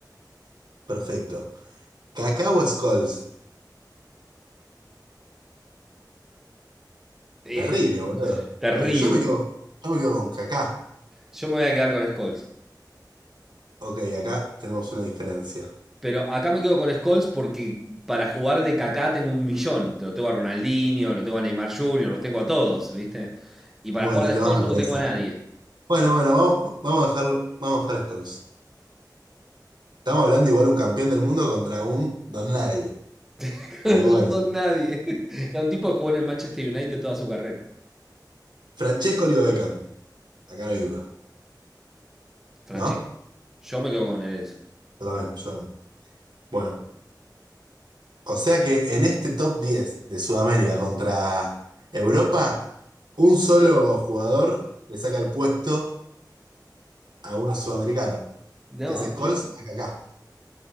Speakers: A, on the right; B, in the centre.
A: Perfecto. ¿Kaká o Scholes?
B: Eh,
A: Terrible, boludo.
B: terrible.
A: Pero yo me quedo, yo me quedo con Kaká.
B: Yo me voy a quedar con Scholes.
A: Ok, acá tenemos una diferencia.
B: Pero acá me quedo con Scholes porque para jugar de Kaká tengo un millón. Lo tengo a Ronaldinho, lo tengo a Neymar Jr., los tengo a todos, ¿viste? Y para
A: Bueno,
B: jugar de
A: te
B: Scholes
A: Ah, banco
B: no
A: en
B: tengo
A: esa.
B: a nadie.
A: Bueno, bueno, vamos, vamos a dejar, vamos a dejar Scholes. Estamos hablando igual un campeón del mundo contra un don nadie.
B: <laughs>
A: Pero bueno.
B: No tengo a nadie. <laughs> Cada un tipo que jugó en el Manchester United toda su carrera.
A: Francesco Leo Beckham. Acá no hay duda.
B: Francesco.
A: ¿No?
B: Yo me quedo con el Enzo.
A: Yo también, yo también. Bueno. O sea que en este top 10 de Sudamérica contra Europa, un solo jugador le saca el puesto a uno sudamericano,
B: No,
A: que es Scholes
B: y
A: acá.